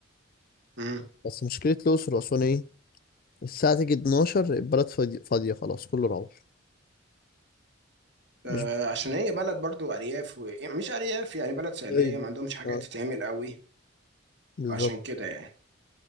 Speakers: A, on the right; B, on the left.
A: امم
B: بس مشكلة الأقصر وأسوان إيه؟ الساعة تيجي 12 البلد فاضي- فاضية خلاص كله روح مش
A: آه عشان هي بلد برضو ارياف و... يعني مش ارياف يعني بلد صعيديه
B: بعيد
A: ما عندهمش حاجه
B: اه
A: تتعمل قوي
B: بالظبط
A: عشان كده يعني